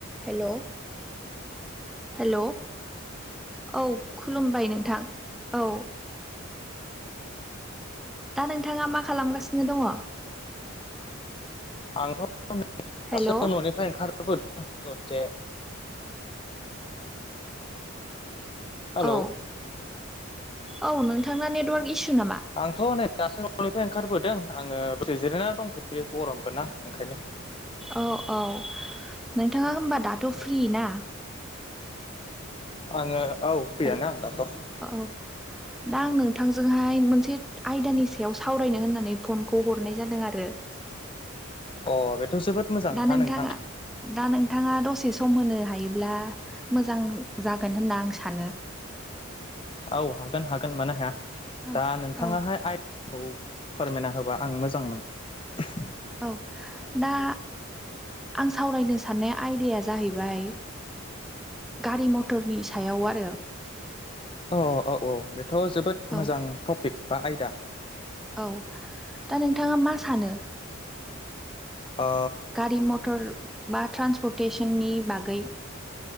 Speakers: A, in the centre; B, on the left.
A: हेल' hello औ खुलुमबाय नोंथां औ दा नोंथाङा मा खालामगासिनो दङ।
B: आंथ'
A: हेलौ
B: दासो न'निफ्राय ओंखारबोदों दसे हेल'
A: औ औ नोंथांना नेटवार्क इसु नामा
B: आंथ' नै दासो ननिफ्राय ओंखारबोदों आङो दसे जिरायनानै दंथ'यो गरमबो ना ओंखायनो
A: औ औ नोंथाङा होमबा दाथ' फ्रि ना?
B: आङो औ फ्रियानो
A: हेल
B: आं दाथ'
A: औ दा आं नोंथांजोंहाय मोनसे आयदानि सायाव सावरायनो होननानै फनखौ हरनाय जादों आरो <inaudible>
B: अ बेथ' जोबोद मोजां
A: दा
B: खोथा
A: नोंथाङा
B: नोंथां
A: दा नोंथाङा दसे सम होनो हायोब्ला मोजां जागोन होनना आं सानो
B: औ हागोन हागोन मानो हाया
A: औ
B: दा नोंथाङाहाय
A: औ
B: आयदाखौ फोरमायना होबा आं मोजां <unintelligible>
A: औ दा आं सावरायनो साननाय आयदाया जाहैबाय। गारि मथरनि सायाव आरो
B: औ औ औ बेथ' जोबोद
A: औ
B: मोजां टपिक बा आयदा
A: औ दा नोंथाङा मा सानो
B: ओ
A: गारि मटर बा ट्रान्सपर्टेतेसननि बागै